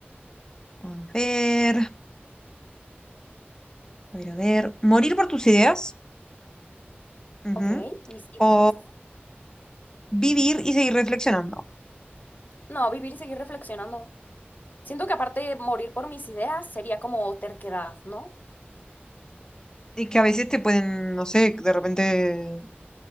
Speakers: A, on the left; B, on the left.
A: A ver, a ver, a ver. ¿Morir por tus ideas? Ujú.
B: Ok, mis ideales.
A: O vivir y seguir reflexionando.
B: No, vivir y seguir reflexionando. Siento que aparte morir por mis ideas sería como terquedad, ¿no?
A: Y que a veces te pueden, no sé, de repente